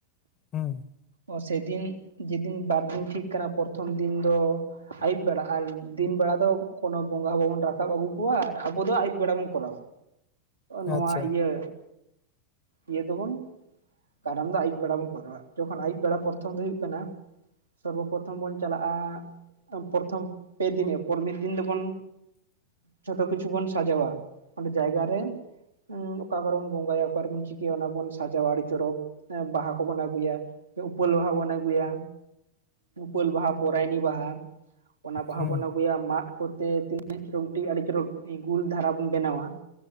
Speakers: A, on the left; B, on the right.
A: ᱦᱩᱸ᱾
B: ᱚ ᱥᱮ ᱫᱤᱱ᱾ ᱡᱮᱫᱤᱱ ᱵᱟᱨᱫᱤᱱ ᱴᱷᱤᱠ ᱠᱟᱱᱟ ᱯᱚᱛᱷᱚᱢ ᱫᱤᱱ ᱫᱚ ᱟᱹᱭᱩᱵ ᱵᱮᱲᱟ ᱟᱨ ᱫᱤᱱ ᱵᱮᱲᱟ ᱫᱚ᱾ ᱠᱚᱱᱳ ᱵᱚᱸᱜᱟ ᱵᱟᱵᱚᱱ ᱨᱟᱠᱟᱵ ᱟᱹᱜᱩ ᱠᱚᱣᱟ ᱟᱨ ᱟᱵᱚ ᱫᱚ ᱟᱹᱭᱩᱵ ᱵᱮᱲᱟ ᱵᱚᱱ ᱠᱚᱨᱟᱣᱟ᱾ ᱱᱚᱣᱟ
A: ᱟᱪᱪᱷᱟ
B: ᱤᱭᱟᱹ ᱤᱭᱟᱹ ᱫᱚᱵᱚᱱ᱾ ᱠᱟᱨᱚᱱ ᱫᱚ ᱟᱹᱭᱩᱵ ᱵᱮᱲᱟ ᱵᱚᱱ ᱠᱚᱨᱟᱣᱟ ᱡᱚᱠᱷᱚᱱ ᱟᱹᱭᱩᱵ ᱵᱮᱲᱟ ᱯᱨᱛᱷᱚᱢ ᱫᱚ ᱦᱩᱭᱩᱜ ᱠᱟᱱᱟ᱾ ᱥᱚᱨᱵᱚ ᱯᱨᱚᱛᱷᱚᱢ ᱵᱚᱱ ᱪᱟᱞᱟᱜᱼᱟ ᱯᱨᱚᱛᱷᱚᱢ ᱯᱮ ᱫᱤᱱᱯᱚᱨ ᱢᱤᱫ ᱫᱤᱱ ᱫᱚᱵᱚᱱ᱾ ᱡᱷᱚᱛᱚ ᱠᱤᱪᱷᱩ ᱵᱚᱱ ᱥᱟᱡᱟᱣᱟ ᱚᱰᱮ ᱡᱟᱭᱜᱟ ᱨᱮ᱾ ᱚᱠᱟᱨᱮᱵᱚᱱ ᱵᱚᱸᱜᱟᱭᱟ ᱚᱠᱟᱨᱵᱚᱱ ᱪᱤᱠᱟᱹᱭᱟ ᱚᱱᱟ ᱵᱚᱱ ᱥᱟᱡᱟᱣᱟ ᱟᱹᱰᱤ ᱪᱚᱨᱚᱠ ᱵᱟᱦᱟ ᱠᱚᱵᱚᱱ ᱟᱹᱜᱩᱭᱟ᱾ ᱩᱯᱟᱹᱞ ᱵᱟᱦᱟ ᱵᱚᱱ ᱟᱹᱜᱩᱭᱟ ᱩᱯᱟᱹᱞ ᱵᱟᱦᱟ ᱯᱚᱨᱟᱭᱱᱤ ᱵᱟᱦᱟ᱾ ᱚᱱᱟ ᱵᱟᱦᱟ
A: ᱦᱩᱸ
B: ᱵᱚᱱ ᱟᱹᱜᱩᱭᱟ ᱢᱟᱜ᱾ ᱛᱤᱱᱟᱹᱜ ᱪᱚᱨᱚᱠ ᱢᱤᱫ ᱟᱹᱰᱤ ᱪᱚᱨᱚᱠ ᱜᱩᱞ ᱫᱷᱟᱨᱟ ᱵᱚᱱ ᱵᱮᱱᱟᱣᱟ